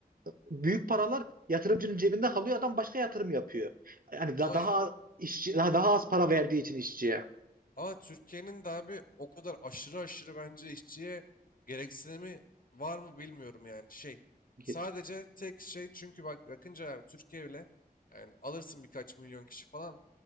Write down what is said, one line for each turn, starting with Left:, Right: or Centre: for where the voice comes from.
Right: e, büyük paralar yatırımcının cebinde kalıyor. Adam başka yatırım yapıyor. Yani
Left: Ama
Right: da- daha az işçi daha, daha az para verdiği için işçiye.
Left: ama Türkiye'nin de abi o kadar aşırı aşırı bence işçiye gereksinimi var mı bilmiyorum yani. Şey
Right: Yok
Left: sadece tek şey çünkü bak bakınca abi Türkiye ile yani alırsın birkaç milyon kişi falan